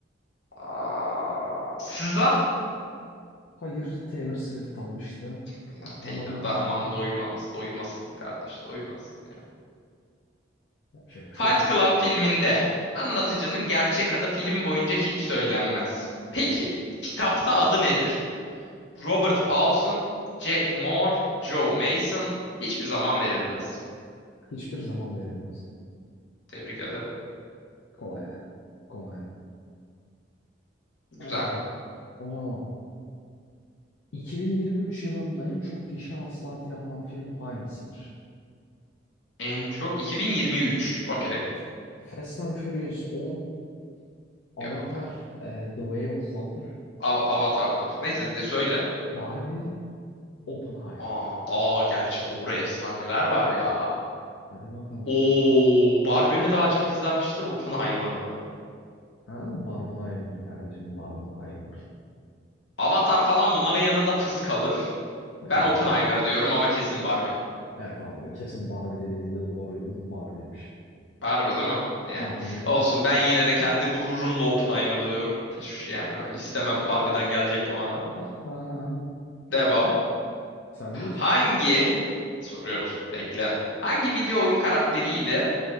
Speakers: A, on the left; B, on the left.
A: Aa, sıza.
B: Hayır, Taylor Swift almıştı.
A: Ya
B: Aha.
A: Taylor da aman doymamız, doymasın kardeş, doymasın ya.
B: Yapacak bir
A: Fight
B: şey yok.
A: Club filminde anlatıcının gerçek adı film boyunca hiç söylenmez. Peki, kitapta adı nedir? Robert Paulson, Jack Moore, Joe Mason hiçbir zaman verilmez.
B: Hiçbir zaman verilmez.
A: Tebrik ederim.
B: Kolay da. Kolay da.
A: Güzel.
B: Hadi bakalım. O zaman 2023 yılının en çok gişe hasılatı yapan film hangisidir?
A: En çok 2023. Okey.
B: Evet. Fast and Furious 10, Avatar,
A: Yok be.
B: e, The Way of Water,
A: Av Avatar'dır. Neyse de söyle.
B: Barbie, Oppenheimer.
A: Aa, aa gerçi doğru efsaneler var ya.
B: Hadi bakalım.
A: Oo, Barbie mi daha çok izlenmiştir, Oppenheimer mı?
B: Ha, Barbenheimer kardeşim, Barbenheimer.
A: Avatar falan bunların yanında fıs kalır.
B: Evet.
A: Ben Oppenheimer diyorum ama kesin Barbie.
B: Evet abi kesin Barbie dediğinde doğruydun. Barbie'ymiş.
A: Barbie değil mi? Ya.
B: Hı hı.
A: Olsun ben yine de kendi gururumla Oppenheimer diyorum. Hiç yani istemem Barbie'den gelecek puanı.
B: Aha.
A: Devam.
B: Sen de
A: Hangi soruyoruz. Bekle. Hangi video oyun karakteriyle